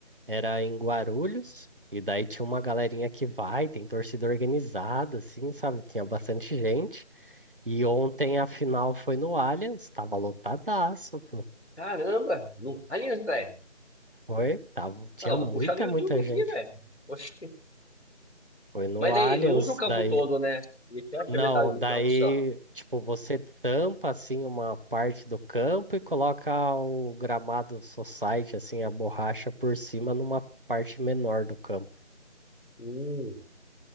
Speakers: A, on the right; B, on the left.
A: era em Guarulhos, e daí tinha uma galerinha que vai, tem torcida organizada, assim, sabe? Tinha bastante gente. E ontem a final foi no Allianz, tava lotadaço, pô.
B: Caramba, no Allianz, velho.
A: Foi, tava, tinha
B: Ah, eu
A: muita,
B: vou puxar no YouTube
A: muita
B: aqui,
A: gente.
B: velho. Oxi.
A: Foi no
B: Mas daí,
A: Allianz,
B: não usa o campo
A: daí.
B: todo, né? Ele fecha
A: Não,
B: metade do
A: daí,
B: campo só.
A: tipo, você tampa, assim, uma parte do campo e coloca o gramado society, assim, a borracha por cima numa parte menor do campo.
B: Hum.